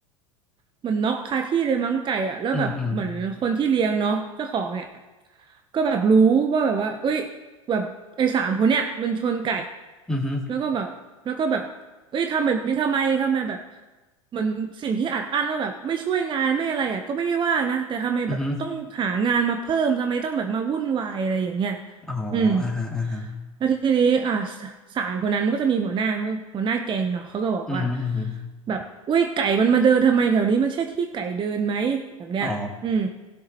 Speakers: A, on the right; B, in the centre.
A: เหมือนน็อกคาที่เลยมั้งไก่อ่ะแล้วแบบเหมือนคนที่เลี้ยงเนาะเจ้าของเนี่ย
B: อืมอืม
A: ก็แบบรู้ว่าแบบว่าเอ้ยแบบไอ้สามคนเนี่ยมันชนไก่
B: อืมฮึ
A: แล้วก็แบบแล้วก็แบบเอ้ยทำแบบนี้ทำไมทำไมแบบเหมือนสิ่งที่อัดอั้นว่าแบบไม่ช่วยงานไม่อะไรอ่ะก็ไม่ได้ว่านะแต่ทำไมแบบต้องหางานมาเพิ่มทำไมต้องแบบมาวุ่นวายอะไรอย่างเงี้ย
B: อืมฮึอ๋ออ่าฮะอ่าฮะ
A: อืมแล้วทีนี้อ่าสสามคนนั้นมันก็จะมีหัวหน้าเขาหัวหน้าแก๊งเนาะเขาก็บอกว่า
B: อืมฮึอืมฮึ
A: แบบอุ้ยไก่มันมาเดินทำไมแถวนี้มันใช่ที่ไก่เดินไหมแบบเนี้ยอืม
B: อ๋อ